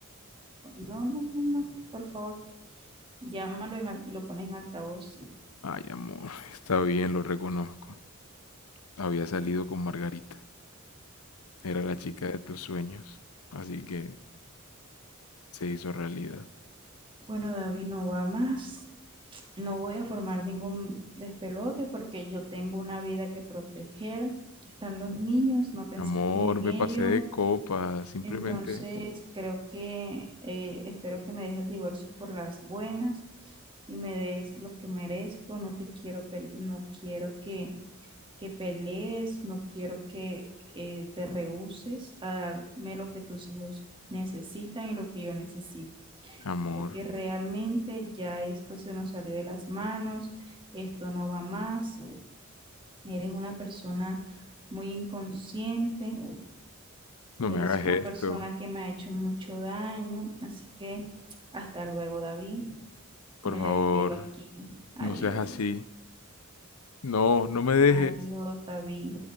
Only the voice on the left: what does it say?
Ay, amor, <laughs> está bien, lo reconozco. Había salido con Margarita. Era la chica de tus sueños. Así que se hizo realidad.
Amor,
me
pasé de copa. Simplemente,
amor,
no
me hagas
esto.
Por
favor,
no seas así. No, no me dejes.